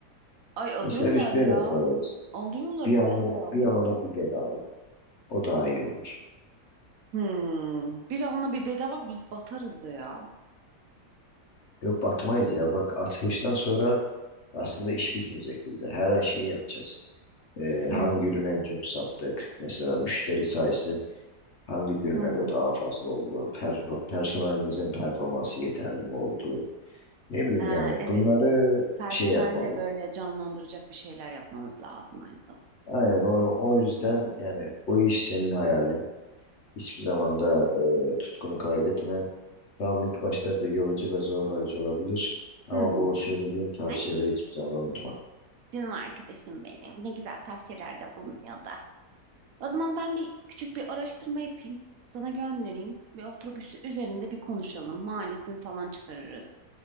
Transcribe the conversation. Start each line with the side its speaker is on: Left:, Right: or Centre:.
Right: Ay alıyorlar
Left: Mesela biz
Right: ya.
Left: şöyle yaparız.
Right: Alıyorlar
Left: Bir
Right: baya
Left: alana
Right: baya alıyorlar.
Left: bir, alana bir bedava. O daha iyi olur.
Right: Hmm. Bir alına bir bedava biz batarız da ya.
Left: Yok batmayız ya. Bak açılıştan sonra Aslında iş bitmeyecek bize. Her ay şey yapacağız. Ee,
Right: Hı
Left: hangi ürünü en çok sattık? Mesela müşteri sayısı hangi günlerde
Right: hı hı.
Left: daha fazla oldu? Per personelimizin performansı yeterli mi oldu? Ne bileyim
Right: Ha,
Left: yani
Right: evet.
Left: bunları
Right: Personeli
Left: şey yapmalıyız.
Right: de böyle canlandıracak bir şeyler yapmamız lazım aynı zamanda.
Left: Aynen o, o yüzden yani bu iş senin hayalin. Hiçbir zaman da e, tutkunu kaybetme. Tamam ilk başlarda yorucu ve zorlayıcı olabilir. Ama
Right: Hı. Hı.
Left: bu söylediğim tavsiyeleri
Right: Ay
Left: hiçbir zaman unutma.
Right: canım arkadaşım benim. Ne güzel tavsiyelerde bulunuyordu. O zaman ben bir küçük bir araştırma yapayım. Sana göndereyim. Bir otobüsü üzerinde bir konuşalım. Maliyetini falan çıkarırız.